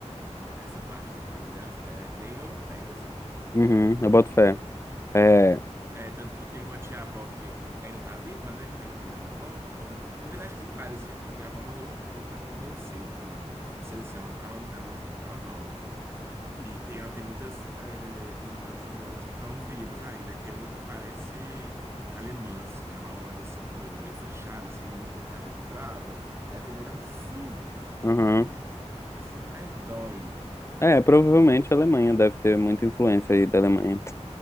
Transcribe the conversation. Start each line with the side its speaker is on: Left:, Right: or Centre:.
Right: É, essa parte da família é bem europeia, sabe?
Left: Uhum. Eu boto fé. É.
Right: É, tanto que eu tenho uma tia-avó que ainda tá viva, né? Que é a irmã da minha avó. Que algum... Na verdade, tem várias. A minha avó morreu, acabou que minha avó morreu cedo também. Cedo assim, ela tava, ela tava nova. E tem, ela tem muitas é, irmãs e irmãos que estão vivos ainda. E tem uma que parece alemã, assim. Ela olha assim com o olho meio fechado, assim, meio com cara de brava. E ela tem um olho azul,
Left: Uhum.
Right: aquele azul, assim, até dói.
Left: É, provavelmente a Alemanha deve ter muita influência aí da Alemanha.